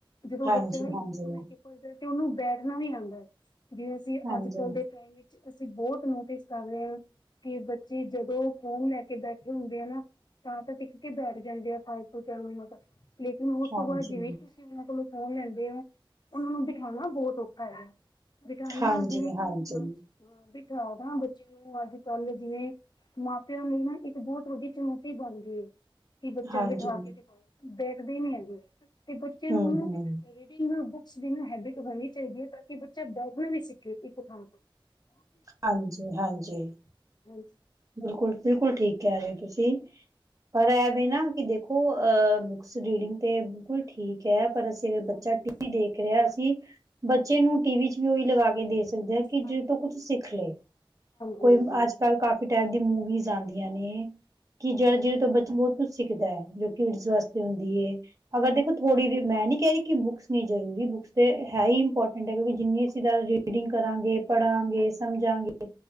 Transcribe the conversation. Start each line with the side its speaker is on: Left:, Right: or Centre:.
Left: ਜਦੋਂ
Right: ਹਾਂਜੀ-ਹਾਂਜੀ,
Left: ਬੱਚੇ ਨੂੰ ਇਕ ਦੂਜੇ ਤੋਂ ਲੈ ਕੇ ਪੁੱੱਛਦੇ ਤੇ ਓਨੂੰ ਬੈਠਨਾ ਵੀ ਆਂਦਾ, ਜਿਵੇ ਅਸੀਂ
Right: ਹਾਂਜੀ,
Left: ਅੱਜ-ਕੱਲ ਦੇ ਟੈਮ ਵਿੱਚ ਅਸੀਂ ਬੋਤ ਨੋਟਿਸ ਕਰ ਰਏ ਆਂ। ਕੇ ਬੱਚੇ ਜਦੋਂ ਫੋਨ ਲੈ ਕੇ ਬੈਠੇ ਹੁੰਦੇ ਆ ਨਾ ਤਾਂ-ਤਾਂ ਟਿਕ ਕੇ ਬੈਠ ਜਾਂਦੇ ਆ ਫਾਲਤੂ ਚਿਆ ਮਤਲਬ ਲੇਕਿਨ ਉਸ
Right: ਹਾਂਜੀ,
Left: ਤੋਂ ਬਾਦ ਜਿਵੇਂ ਤੁਸੀਂ ਤੁਸੀ ਮਤਲਬ ਫੋਨ ਲੈਂਦੇ ਓਂ, ਓਨਾਂ ਨੂੰ ਬਿਠਾਨਾ ਬੋਤ ਔਖਾ ਹੈਗਾ ਬਿਠਾਨਾ
Right: ਹਾਂਜੀ-ਹਾਂਜੀ।
Left: ਜਿਵੇਂ ਅੱਜ ਹਾਂ ਬਿਠਾਦਾਂ ਬੱਚੇ ਨੂੰ ਅੱਜ-ਕੱਲ ਜਿਵੇਂ ਮਾਂ ਪਿਓ ਲਈ ਨਾ ਬੋਤ ਵੱਡੀ ਚੁਣੌਤੀ ਬਨ ਗਈ ਏ, ਕੀ ਬੱਚੇ
Right: ਹਾਂਜੀ,
Left: ਬਿਠਾ ਕੇ ਦਿਖਾਓ, ਬੈਠਦੇ ਈ ਨੀ ਹੈਗੇ। ਤੇ ਬੱਚੇ ਨੂੰ
Right: ਹੂੰ-ਹੂੰ,
Left: ਉਨੂੰ ਫਿਰ ਰੀਡਿੰਗ ਬੁੱਕ ਸ ਦੀ ਓਨੂੰ ਹੈਬਿਟ ਹੋਨੀ ਚਾਈਦੀ ਐ ਤਾਂ ਕੇ ਬੱਚਾ ਬੈਠਨਾ ਵੀ ਸਿੱਖੇ ਇਕ ਥਾਂ ਤੋਂ
Right: ਹਾਂਜੀ-ਹਾਂਜੀ।
Left: ਹਾਂਜੀ।
Right: ਬਿਲਕੁਲ-ਬਿਲਕੁਲ ਠੀਕ ਕੈ ਰੇ ਓ ਤੁਸੀ, ਪਰ ਐ ਵੇ ਨਾ ਕੇ ਦੇਖੋ ਅ ਕੁਸ ਰੀਡਿੰਗ ਤੇ ਬਿਲਕੁਲ ਠੀਕ ਐ ਪਰ
Left: ਹਾਂਜੀ
Right: ਅਸੀ ਅਗਰ
Left: ਹਾਂਜੀ
Right: ਬੱਚਾ ਟੀ
Left: ਹਾਂਜੀ
Right: ਵੀ ਦੇਖ ਰੇਆ ਸੀ, ਅਸੀ ਬੱਚੇ ਨੂੰ ਟੀ ਵੀ ਚ ਵੀ ਓਈ ਲਗਾ ਕੇ ਦੇ ਸਕਦੇ ਆਂ ਕੀ ਜਿਦੇ
Left: ਹਾਂਜੀ
Right: ਤੋਂ
Left: ਹਾਂਜੀ
Right: ਕੁੱਛ ਸਿੱਖ ਲੇ, ਕੋਈ
Left: ਹਾਂਜੀ
Right: ਅੱਜ ਕੱਲ ਕਾਫੀ ਟੈਪ ਦੀ ਮੂਵੀਜ਼ ਆਂਦੀਆਂ ਨੇ, ਕੀ ਜੈ ਜਿਦੇ
Left: ਹਾਂਜੀ
Right: ਤੋਂ ਬੱਚਾ ਬੋ ਕੁੱਛ ਸਿੱਖਦੈ ਜੋ ਕਿਡਜ ਵਾਸਤੇ ਹੁੰਦੀ ਏ। ਅਗਰ ਦੇਖੋ ਥੋੜ੍ਹੀ ਵੀ ਮੈਂ ਨੀ ਕੈ ਰੀ ਕੀ ਬੁੱਕਸ ਨੀ ਜ਼ਰੂਰੀ ਬੁੱਕਸ ਤੇ ਹੈ ਈ ਇੰਪੋਟੈਂਟ ਐ ਕਿਉਂਕਿ ਜਿੰਨੇ ਅਸੀ ਜਾਦਾ ਰੀ ਰੀਡਿੰਗ ਕਰਾਂਗੇ, ਪੜਾਂਗੇ, ਸਮਝਾਂਗੇ